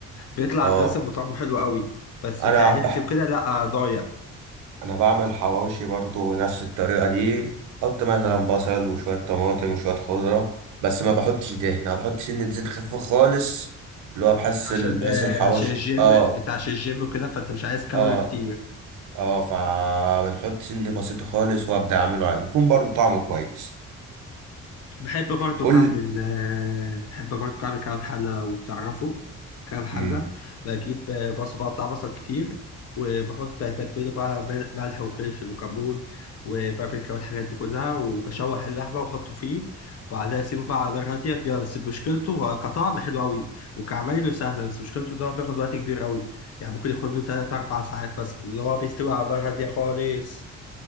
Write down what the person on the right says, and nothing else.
اه
انا
بح...
انا بعمل حواوشي برضو نفس الطريقة دي حط مثلا بصل وشوية طماطم وشوية خضرة بس ما بحطش دهن انا بحط سنة زيت خفيفة خالص اللي هو بحس
ال... بحس
الحواوشي
اه
اه
اه فبنحط سنة بسيطة خالص وابدا اعمله عادي. يكون برضو طعمه كويس
قول
مم.